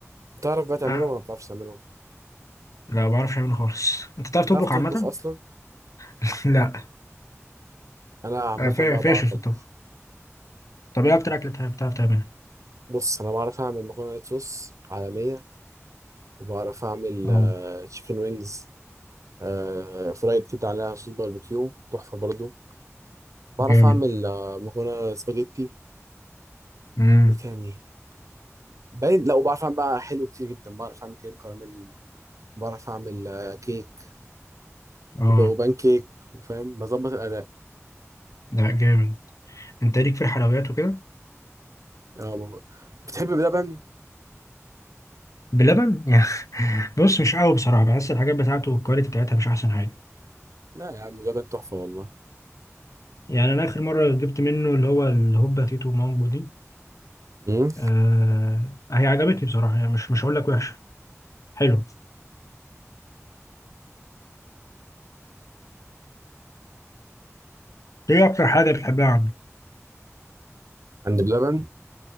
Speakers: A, on the right (about 80°); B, on the left (about 90°).
A: بتعرف بقى تعملهم
B: آه.
A: ولا ما بتعرفش تعملهم
B: لا ما بعرفش اعمله خالص انت بتعرف تطبخ
A: بتعرف تطبخ
B: عامة؟
A: اصلا
B: <laughs> لا
A: انا عامه
B: آه، فا-
A: بقى
B: فاشل
A: بعرف
B: في
A: اطبخ
B: الطبخ طب ايه اكتر اكلة بتعرف بتعرف تعملها؟
A: بص انا بعرف اعمل مكرونه وايت صوص عالميه وبعرف اعمل
B: اه
A: تشيكن وينجز آه فرايد كده عليها صوص باربيكيو تحفه برضو بعرف
B: جامد
A: اعمل آه، مكرونه سباجيتي
B: امم
A: وايه تاني باين لا وبعرف اعمل بقى حلو كتير جدا بعرف اعمل كريم كراميل بعرف اعمل آه، كيك
B: اه
A: وب- وبان كيك وفاهم بظبط الاداء
B: لا جامد انت ليك في الحلويات وكده؟
A: آه، ب- بتحب بلبن
B: بلبن؟ <laughs> يعني بص مش قوي بصراحة بحس الحاجات بتاعته والكواليتي بتاعتها مش احسن حاجة
A: لا يا عم بلبن تحفه والله
B: يعني انا اخر مرة جبت منه اللي هو الهوبا تيتو مامبو دي
A: امم
B: آه هي عجبتني بصراحة يعني مش مش هقول لك وحشة حلو ايه اكتر حاجه بتحبها عنه
A: عند بلبن